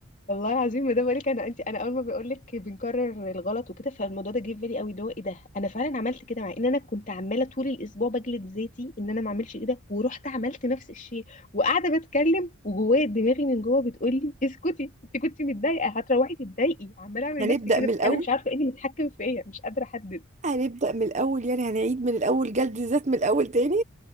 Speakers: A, on the left (about 35°); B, on the right (about 30°).
A: والله العظيم ما ده بقولك انا انت انا اول ما بقولك بنكرر الغلط وكده فالموضوع ده جه في بالي قوي اللي هو ايه ده انا فعلا عملت كده مع ان انا كنت عماله طول الاسبوع بجلد ذاتي ان انا ما اعملش كده ورحت عملت نفس الشيء وقاعده بتكلم وجوايا دماغي من جوه بتقول لي اسكتي انت كنت متضايقه هتروحي تتضايقي عماله اعمل
B: هنبدا
A: نفسي كده
B: من
A: بس
B: الاول
A: انا مش عارفه ايه اللي متحكم فيا مش قادره احدد
B: هنبدا من الاول يعني هنعيد من الاول جلد الذات من الاول تاني